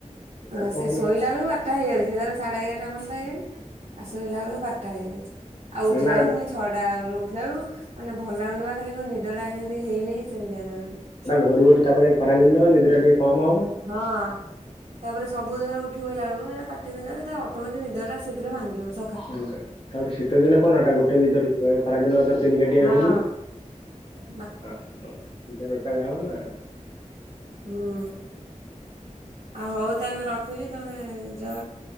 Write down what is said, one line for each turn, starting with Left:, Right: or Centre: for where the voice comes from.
Left: ଆଉ
Right: ହଁ
Left: କଣ
Right: ସେ ଶୋଇଲା
Left: କହୁଛୁ
Right: ବେଳକୁ ବା ବାରଟା ହେଇଯାଉଛି ଧର ସାଢେ ଏଗାରଟାର୍ଯ୍ୟନ୍ତ ହେଇଯାଉ ଆଉ ଶୋଇଲା ବେଳକୁ ବାରଟା ହେଇଯାଉଛି ଆଉ ଉଠିଲା
Left: ନା ନା
Right: ବେଳକୁ ପୁଣି ଛଅଟା ବେଳେ ଉଠିଲା ବେଳକୁ ମାନେ ଭଲ ଲଗୁନିବା ଖାଲି କଉ ନିଦ ଟା ଯେମିତି ହେଇନିଁ ସେମିତିଆ ଲାଗୁଛି।
Left: ଏଇଟା ଭୋରୁ ଭୋରୁ ତାପରେ ଖରାଦିନଟା ବା ନିଦ ଟିକେ କମ ହବ।
Right: ହଁ। ତାପରେ ସବୁଧର ଉଠିପଇଲା ବେଳକୁ ଏଇଟା ପାଟି ଦିନଟା ସେଥିପାଇଁ ଅଟୋମେଟିକ ନିଦଟା ଶୀଘ୍ର ଭାଙ୍ଗିିବସ
Left: ହେଲା ତାପରେ ଶୀତ ଦିନ କଣ ଏଟା ଗୋଟେ ନିଦରେ ଯିବ ଏ ଖରା ଦିନ ତିନି କାଟିଆ
Right: ହଁ
Left: ଭାଙ୍ଗିବ।
Right: <unintelligible>
Left: ଆଁ ପୂଜା ବେଟା ଖାଇବନା।
Right: ହୁଁ ଆଉ ହଉ ତାହେଲେ ରଖୁଛି ତମେ ଯ